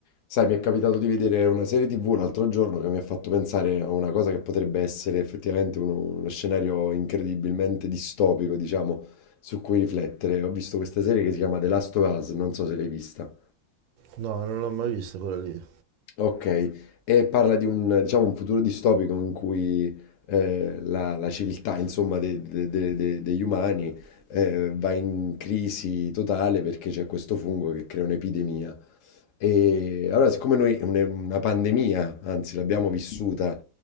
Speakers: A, on the left (about 70°); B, on the right (about 80°).
A: Sai, mi è capitato di vedere una serie TV l'altro giorno che mi ha fatto pensare a una cosa che potrebbe essere effettivamente uno, uno scenario incredibilmente distopico, diciamo, su cui riflettere. Ho visto questa serie che si chiama The Last of Us, non so se l'hai vista.
B: No, non l'ho mai vista quella lì.
A: Ok, e parla di un, diciamo, un futuro distopico in cui eh, la, la civiltà, insomma, de- de- de- de- degli umani eh, va in crisi totale perché c'è questo fungo che crea un'epidemia. E allora, siccome noi è un- è una pandemia, anzi l'abbiamo vissuta